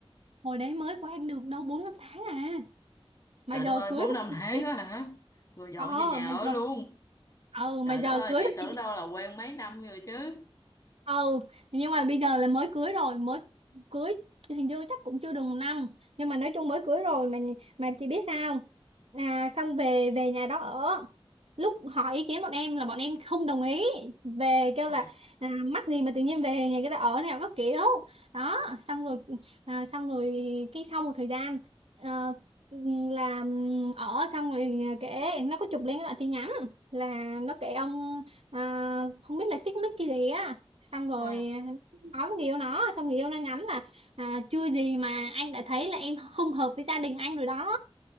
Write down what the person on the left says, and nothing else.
trời
đất ơi
bốn
năm tháng
á hả rồi dọn
về nhà
ở
luôn
trời
đất ơi
chị
tưởng đâu là quen mấy năm rồi chứ
ừ.
ừ.